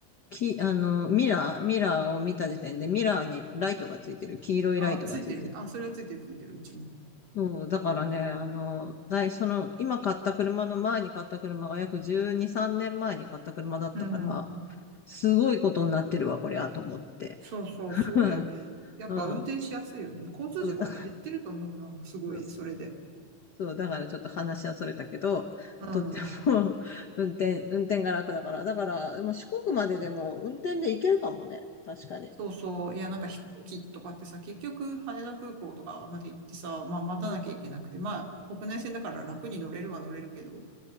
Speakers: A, on the left; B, on the right.
A: き、あの、ミラー、ミラーを見た時点で、ミラーにライトがついてる。黄色いライトがついてる。
B: あ、ついてるね。あ、それはついてるついてる、うちに。
A: そう、だからね、あの、だい、その、今買った車の前に買った車が約12、3年前に買った車だったから、
B: うん。
A: すごいことになってるわ、これあと思って。
B: そうそう、
A: <laughs>
B: すごいよね。
A: うん。
B: やっぱ運転しやすいよね。
A: うん
B: 交通事故も減ってると思うな。
A: そうだ、
B: すごい、
A: そうそう。
B: それで。
A: そう、だからちょっと話はそれたけど、
B: うん。
A: とっても <laughs> 運転、運転が楽だから。だから、まあ、四国まででも運転で行けるかもね。確かに。
B: そうそう。いや、なんか飛行機とかってさ、結局羽田空港とかまで行ってさ、まあ待たなきゃいけなくて、
A: うん、
B: まあ国内線だから楽に乗れるは乗れるけど、